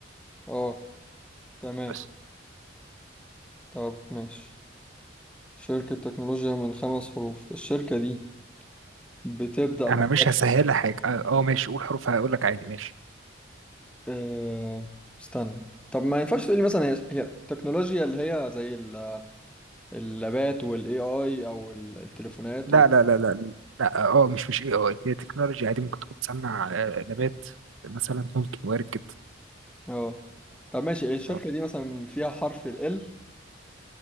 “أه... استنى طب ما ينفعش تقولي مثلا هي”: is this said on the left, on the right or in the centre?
Centre